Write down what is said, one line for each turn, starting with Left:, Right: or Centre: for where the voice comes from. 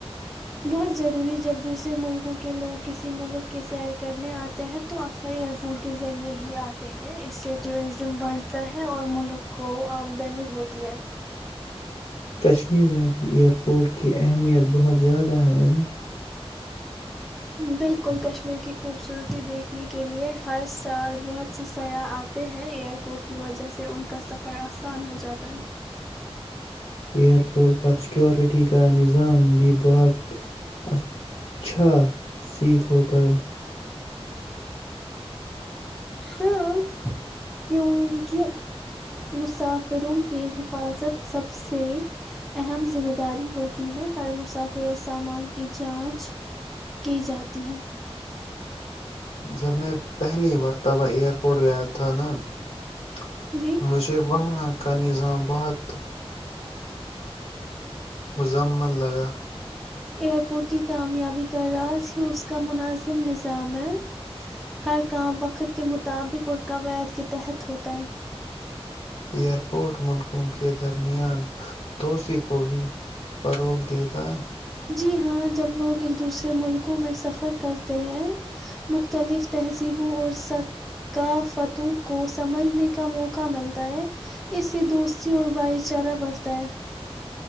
Centre: بہت ضروری جب دوسرے ملکوں کے لوگ کسی ملک کے سیر کرنے آتے ہیں تو اکثر ایئرپورٹ کے ذریعے ہی آتے ہیں اس سے ٹورزم بڑھتا ہے اور ملک کو آمدنی ہوتی ہے <unintelligible>
Left: کشمیر میں بھی ائیرپورٹ کی اہمیت بہت زیادہ ہے نا <unintelligible>
Centre: بالکل کشمیر کی خوبصورتی دیکھنے کے لیے ہر سال بہت سے سرا اتے ہیں ایئرپورٹ کی وجہ سے ان کا سفر اسان ہو جاتا ہے <unintelligible>
Left: ایئر پورٹ پر سیکورٹی کا نظام بھی بہت اچھا سیکھ ہوتا ہے <unintelligible>
Centre: ہاں کیونکہ مسافر <unintelligible> فروم کی حفاظت <unintelligible> سب سے اہم ذمہ داری ہوتی ہے ہر مسافر اور سامان کی جانچ کی جاتی ہے <unintelligible>
Left: جب میں پہلی مرتبہ ایئرپورٹ گیا تھا نا <unintelligible>
Centre: جی
Left: مجھے وہاں <unintelligible> کا نظام بہت مزمن لگا <unintelligible>
Centre: پیر پرچی کامیابی کا راز ہی اس کا مناظم نظام ہے ہر کام وقت کے مطابق اور قواعد کے تحت ہوتا ہے <unintelligible>
Left: ایئرپورٹ ملکوں کے درمیان دوشی کو بھی فروغ دیتا ہے <unintelligible>
Centre: جی ہاں جب لوگ ایک دوسرے ملکوں میں سفر کرتے ہیں مختلف تہذیبوں اور ثقافتوں کو سمجھنے کا موقع ملتا ہے اس سے دوستی اور بھائی چارہ بڑھتا ہے <unintelligible>